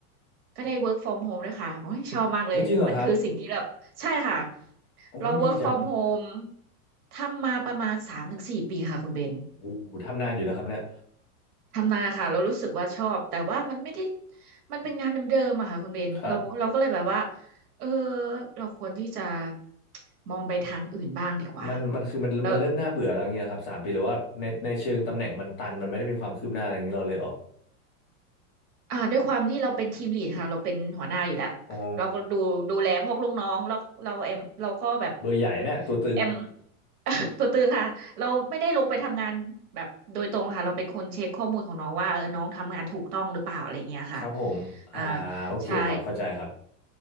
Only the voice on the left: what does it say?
โอ้จริงเหรอครับโอ้ดีจัง
โอ้ทำนานอยู่นะครับเนี่ย
ครับ
มันมันคือมันมันเริ่มน่าเบื่อแล้วเงี้ยครับสามปีหรือว่าในในเชิงตำแหน่งมันตันมันไม่ได้มีความคืบหน้าอะไรอย่างนี้เราเลยออก
อ๋อเบอร์ใหญ่เนี่ยตัวตึง
ครับผมอ่า
โอเคครับเข้าใจครับ